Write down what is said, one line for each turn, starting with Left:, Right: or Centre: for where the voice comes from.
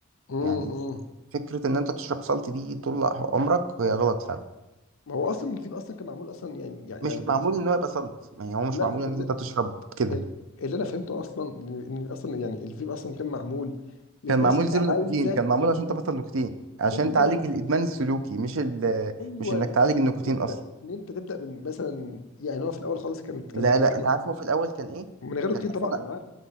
Left: أمم
Right: يعني فكره ان انت تشرب سلط دي طول عمرك هي غلط فعلا
Left: ما هو أصلاً الفيبد أصلاً كم عمول أصلاً يعني يعني
Right: مش
Left: يعني-
Right: معمول ان هو يبقى سلط يعني هو مش
Left: لا
Right: معمول ان
Left: ال
Right: انت تشرب كده
Left: ال اللي أنا فهمته أصلاً إن إن أصلاً يعني الفيبد أصلاً كم عمول للناس
Right: كان معمول
Left: اللي
Right: زيرو نيكوتين
Left: عايزه
Right: كان معمول عشان تبطل نيكوتين عشان
Left: أيوة
Right: تعالج الادمان السلوكي مش ال
Left: أيوة
Right: مش انك
Left: إن
Right: تعالج النيكوتين
Left: إن أنت
Right: اصلا
Left: إن أنت تبدأ بس مثلاً يعني هو في الأول خلص كنا كنا
Right: لا لا
Left: كنا
Right: انت عارف هو في الاول كان ايه
Left: من يغلق
Right: كان
Left: تين
Right: اصلا
Left: طبعاً منعرف